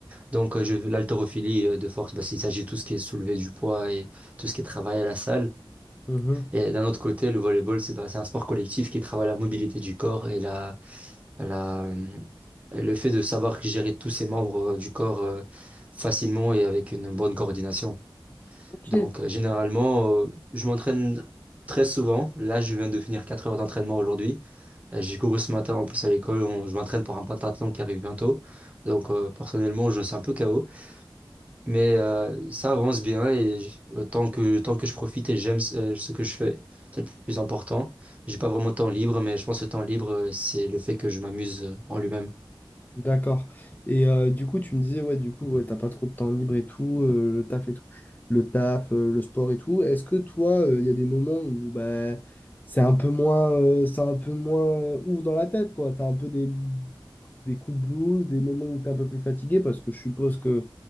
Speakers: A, on the right; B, on the left.
A: Donc, euh, je, l'haltérophilie euh, de force, bah, il s'agit de tout ce qui est soulevé du poids et tout ce qui est travail à la salle.
B: Mhm.
A: Et d'un autre côté, le volleyball, c'est bah, c'est un sport collectif qui travaille la mobilité du corps et la, la, euh, le fait de savoir gérer tous ses membres euh, du corps euh, facilement et avec une bonne coordination.
B: Je-
A: Donc, euh, généralement, euh, je m'entraîne très souvent. Là, je viens de finir 4 heures d'entraînement aujourd'hui. Euh, J'ai couru ce matin en plus à l'école. On- Je m'entraîne pour un pentathlon qui arrive bientôt. Donc, euh, personnellement, je suis un peu KO. Mais euh, ça avance bien et je- euh, tant que, tant que je profite et j'aime ce euh, ce que je fais, c'est le plus important. J'ai pas vraiment de temps libre, mais je pense que le temps libre, euh, c'est le fait que je m'amuse euh, en lui-même.
B: D'accord. Et euh, du coup, tu me disais, ouais, du coup, ouais, t'as pas trop de temps libre et tout, euh, le taf et tout, le taf, euh, le sport et tout. Est-ce que toi, euh, il y a des moments où bah, c'est un peu moins, euh, c'est un peu moins euh, ouf dans la tête, quoi. T'as un peu des des coups de blues, des moments où tu es un peu plus fatigué, parce que je suppose que